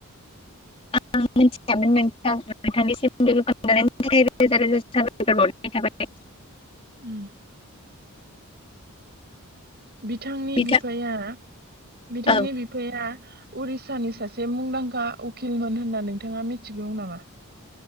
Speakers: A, on the left; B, on the right.
A: आं मिथिखामोन मोन नोंथांनिसिम रोजा रोजा साबायखर बावहरनाय थाबाय
B: उम बिथांनि
A: बिथां
B: बिफाया बिथांनि
A: औ
B: बिफाया उरिसानि सासे मुंदांखा उकिलमोन होनना नोंथाङा मिथिगौ नामा